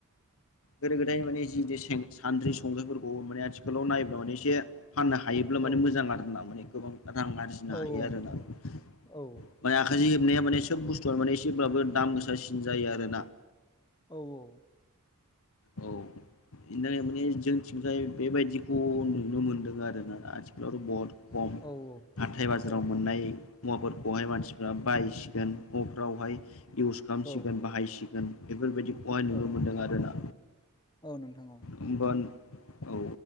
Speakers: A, on the left (about 65°); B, on the left (about 20°).
A: गोदो गोदायनि माने जि सानद्रि संख्रिफोरखौ माने आथिखालाव नायोब्ला माने एसे फाननो हायोब्ला माने
B: औ
A: मोजां आर ना माने गोबां रां आरजिनो
B: औ
A: हायो
B: औ
A: आर
B: नोंथां
A: ना
B: औ
A: माने
B: औ
A: आखाइजों हेबनाया माने सोब बुस्थुआ माने एसेब्लाबो दाम गोसासिन जायो आरोना
B: औ औ
A: औ बेनिनो माने जोंथिंजाय बेबायदिखौ नुनो मोनदों आरोनाा आथिखालावथ' बहुद खम
B: औ
A: हाथाय बाजाराव
B: औ
A: मोननाय मुवाफोरखौहाय मानसिफ्रा बायसिगोन अफ्रावहाय इउस खालामसिगोन
B: औ
A: बाहायसिगोन बेफोरबायदि बेहाय नुनो
B: औ
A: मोन्दों आरोना
B: औ नोंथां औ
A: होमबा औ